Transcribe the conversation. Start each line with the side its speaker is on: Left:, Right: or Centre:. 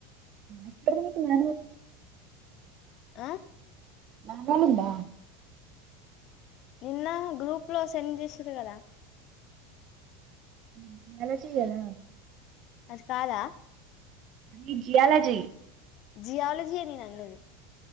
Right: ఎక్కడ మకి మ
Left: ఆ
Right: <unintelligible>
Left: నిన్న గ్రూప్ లో సెండ్ చేసారు కదా
Right: <unintelligible>
Left: అది కాదా
Right: అ ఈ జియాాలజ
Left: జిాలజీ అని నన్నదు